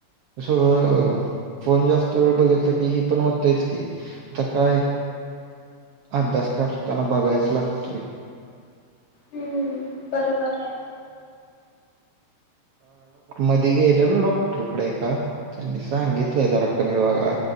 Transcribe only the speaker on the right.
सगळं फोन जास्त वेळ बघितला की ही पण होतंयच. आता काय अभ्यास करताना बघायच लागतो.
मध्ये गेलेलो डॉक्टरकडे का त्यांनी सांगितलंय जरा कमी बघा